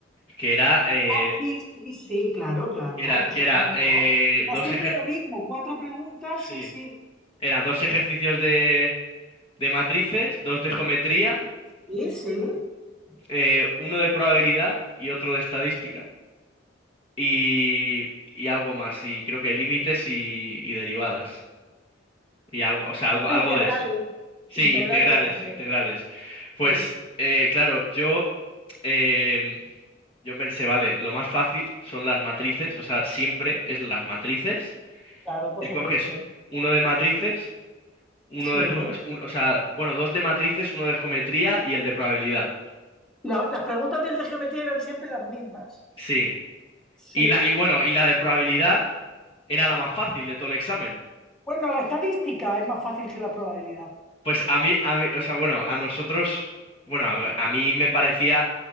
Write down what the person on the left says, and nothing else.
que era, eh,
que era, que
era eh,
dos
ejer-
sí,
era dos ejercicios de, de matrices, dos de geometría,
eh, uno de probabilidad y otro de estadística, y, y algo más, y creo que límites y, y derivadas, y algo, o sea, algo,
algo de eso. Sí,
integrales,
integrales. Pues
eh, claro, yo, em, yo pensé, vale, lo más fácil son las matrices, o sea, siempre es las matrices.
Te
coges uno de matrices, uno
de, jo- un- o sea, bueno, dos de matrices, uno de geometría y el de probabilidad.
Sí.
Y la, y bueno, y la de probabilidad era la más fácil de todo el examen.
Pues a mí, a mí, o sea, bueno, a nosotros, bueno, a, a mí me parecía